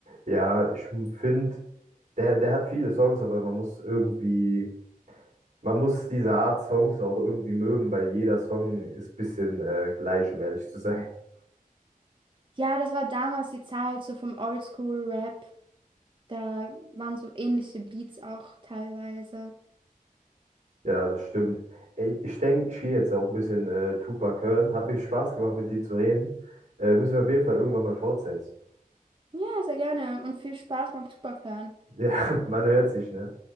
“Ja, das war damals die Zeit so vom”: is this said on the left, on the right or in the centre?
Right